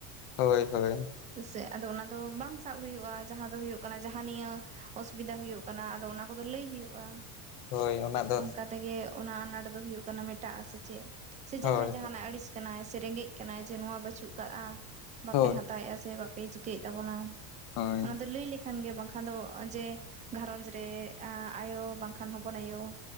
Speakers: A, on the left; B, on the right.
A: ᱦᱳᱭ ᱦᱳᱭ ᱾
B: ᱦᱳᱭᱥᱮ ᱟᱫᱚ ᱚᱱᱟ ᱫᱚ ᱵᱟᱝ ᱥᱟᱵ ᱦᱩᱭᱩᱜ-ᱟ ᱡᱟᱦᱟᱸ ᱫᱚ ᱦᱩᱭᱩᱜ ᱠᱟᱱᱟ ᱡᱟᱦᱟᱸ ᱱᱤᱭᱟᱹ ᱚᱥᱩᱵᱤᱫᱟ ᱦᱩᱭᱩᱜ ᱠᱟᱱᱟ ᱟᱫᱚ ᱚᱱᱟ ᱠᱚᱫᱚ ᱞᱟᱹᱭ ᱦᱩᱭᱩᱜᱼᱟ,
A: ᱦᱳᱭ ᱚᱱᱟ ᱫᱚ
B: ᱚᱱᱠᱟ ᱛᱮᱜᱮ ᱚᱱᱟ ᱟᱱᱟᱴ ᱫᱚ ᱦᱩᱭᱩᱜ ᱠᱟᱱᱟ ᱢᱮᱴᱟᱜ-ᱟ ᱥᱮᱪᱮᱫ, ᱥᱮ
A: ᱦᱳᱭ
B: ᱡᱟᱦᱟᱸᱭ ᱡᱟᱦᱟᱱᱟᱜ ᱟᱹᱲᱤᱥ ᱠᱟᱱᱟᱭ ᱥᱮ ᱨᱮᱸᱜᱮᱡ ᱠᱟᱱᱟᱭ ᱡᱮ ᱱᱚᱣᱟ ᱵᱟᱹᱪᱩᱜ ᱠᱟᱜᱼᱟ, ᱵᱟᱯᱮ
A: ᱦᱳᱭ
B: ᱦᱟᱛᱟᱣᱮᱫᱼᱟ ᱥᱮ ᱵᱟᱯᱮ ᱪᱤᱠ ᱴᱤᱠᱟᱹᱭ ᱛᱟᱵᱚᱱᱟ
A: ᱦᱳᱭ
B: ᱚᱱᱟ ᱫᱚ ᱞᱟᱹᱭ ᱞᱮᱠᱷᱟᱱ ᱜᱮ ᱵᱟᱝᱠᱷᱟᱱ ᱫᱚ ᱡᱮ ᱜᱷᱟᱨᱚᱡᱽ ᱨᱮ ᱟᱭᱳ ᱵᱟᱝᱠᱷᱟᱱ ᱦᱚᱯᱚᱱ ᱟᱭᱳ